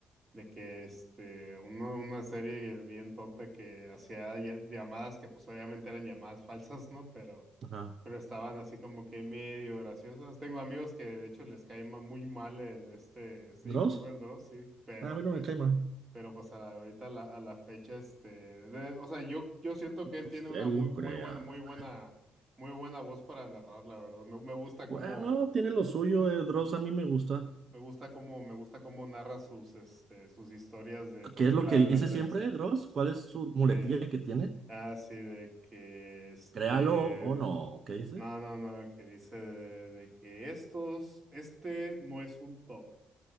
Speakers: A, on the right (about 25°); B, on the right (about 50°).
A: de que este, una, una serie bien tonta que hacía ya- llamadas que pues obviamente eran llamadas falsas, ¿no? Pero
B: Ajá.
A: pero estaban así como que medio graciosos. Tengo amigos que de hecho les cae ma- muy mal el- este, este
B: ¿Dross?
A: youtuber Dross, sí, pero
B: Ah, a mí no
A: pues,
B: me cae mal.
A: pero pues a la- ahorita a la, a la fecha, este, de- o sea, yo, yo siento que él
B: Usted
A: tiene una
B: lo
A: muy,
B: crea.
A: muy buena, muy buena, muy buena voz para narrar, la verdad. Me, me gusta
B: Bueno,
A: cómo,
B: tiene lo suyo, eh, Dross,
A: me,
B: a mí me gusta.
A: me gusta cómo, me gusta cómo narra sus, este, sus historias de, por
B: ¿Qué
A: ejemplo,
B: es lo
A: la-
B: que dice
A: las, las,
B: siempre,
A: his-
B: Dross? ¿Cuál es su muletilla
A: de,
B: que tiene?
A: ah, sí, de que, este,
B: Créalo o no, ¿qué dice?
A: No, no, no, que dice de, de que estos, este no es un top,